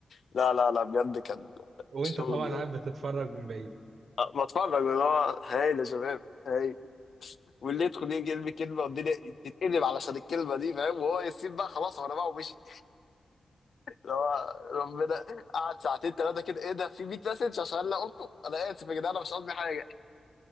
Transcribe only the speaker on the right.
وانت
طبعا قاعد بتتفرج من بعيد